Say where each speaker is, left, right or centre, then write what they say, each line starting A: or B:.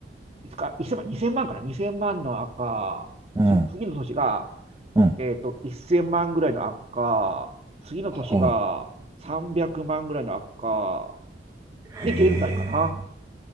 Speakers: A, on the right; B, on the right.
A: いつか、1 0万、2000万から2000万の赤。
B: うん。
A: そ次の年が、
B: うん。
A: えっと、1000万ぐらいの赤。次の年が300万ぐらいの赤。
B: はあ。
A: で、
B: へえ。
A: 現在かな。